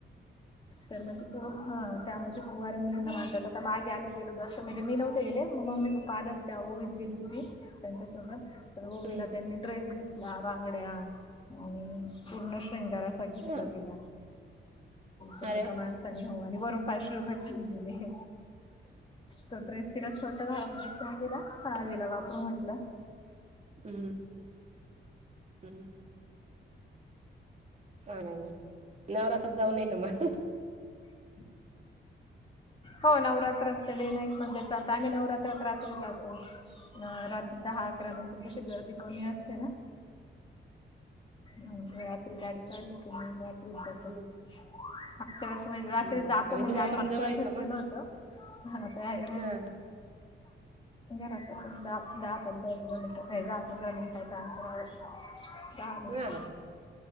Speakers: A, on the left; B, on the right.
A: तर मग ते त्यामुळे कुवऱ्या मुलींना मानतात. माघे आम्ही गेलो दर्शन, म्हणजे मी नव्हतेे गेले मम्मी पप्पा आले होते तेव्हा ओवीच गेली होती. त्यांच्या सोबत तर ओवीला
B: हम्म
A: त्यांनी ड्रेस घेतला, बांगड्या आणि पूर्ण शृंगार असतो. बघितल
B: हा
A: पण
B: अरे
A: एका
B: वा
A: माणसानी हो. आणि वरून पाचशे रुपये पण दिले. तो ड्रेस तिला छोटा झाला म्हणून, ठेऊन दिला सहावीला वापरू म्हटलं.
B: हम् हम. ह. चा नवरात्रात जाऊन यायचं मग.
A: <inaudible> हो नवरात्रात ते डे नाईट मध्ये देतात, आम्ही नवरात्रात रात्री जातो. हा रात्री दहा अकरा नंतर कशी गर्दी कमी असते ना. हो रात्री गाडी काढली की, मग रात्रीच जातो.
B: हम्म
A: मागच्या वर्षी म्हणजे रात्री
B: हम्म
A: जातो,
B: आणि
A: म्हणजे
B: घरापासून
A: आम्ही मागच्या
B: जवळ
A: वर्षीच
B: आहे का मग?
A: गेलो होतो. हा नाते आहे,
B: हा
A: घरातच दाब पंधरा किलोमीटर ए दहा पंधरा मिनिटाच्या अंतरा वर, आहे दहा मिनट.
B: हा